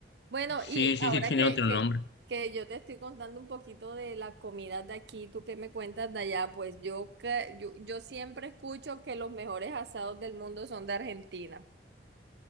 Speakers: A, on the right (about 75°); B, on the left (about 75°).
A: Bueno,
B: Sí,
A: y
B: sí,
A: ahora
B: sí, tiene
A: que,
B: otro
A: que,
B: nombre.
A: que yo te estoy contando un poquito de las comidas de aquí, tú qué me cuentas de allá, pues yo, que- yo, yo siempre escucho que los mejores asados del mundo son de Argentina,